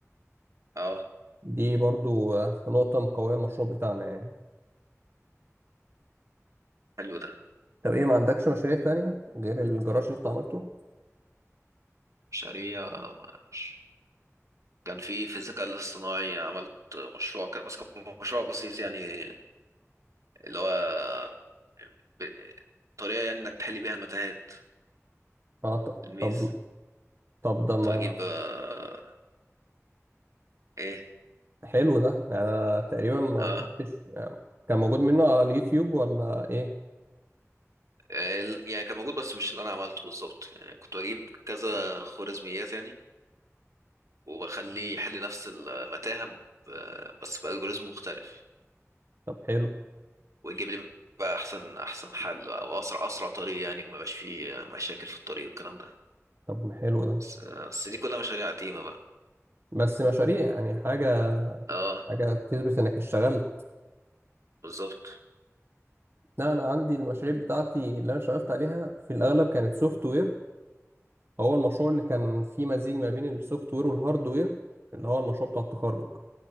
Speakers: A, on the right (about 75°); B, on the right (about 45°).
A: اه
B: دي برضو آه، نقطة مقوية المشروع بتاعنا يعني
A: حلو ده
B: طب ايه ما عندكش مشاريع تانية غير الجراج اللي انت عملته؟
A: شريعة مش- كان في في الذكاء الاصطناعي عملت مشروع كده بس كان مشروع بسيط يعني اللي هو ب- طريقة يعني انك تحل بيها المتاهات
B: اه ط-
A: الميز
B: طب طب ده
A: كنت
B: ما
A: بجيب آه، ايه
B: حلو ده يعني انا تقريبا ما
A: اه
B: شفتش آه، كان موجود منه على اليوتيوب ولا ايه؟
A: ال- يعني كان موجود بس مش اللي انا عملته بالظبط يعني كنت بجيب كذا خوارزميات يعني واخليه يحل نفس المتاهه ب- بس بالجوريزم مختلف
B: طب حلو
A: ويجيب لي بقى احسن احسن حل او اسرع اسرع طريق يعني وما يبقاش فيه مشاكل في الطريق والكلام ده
B: طب ما حلو ده
A: بس, آه، بس دي كلها مشاريع قديمه بقى
B: بس مشاريع يعني حاجة
A: اه
B: حاجة تثبت انك اشتغلت
A: بالظبط
B: لا انا عندي المشاريع بتاعتي اللي انا اشتغلت عليها في الاغلب كانت سوفت وير هو المشروع اللي كان فيه مزيج ما بين السوفت وير والهارد وير اللي هو المشروع بتاع التخرج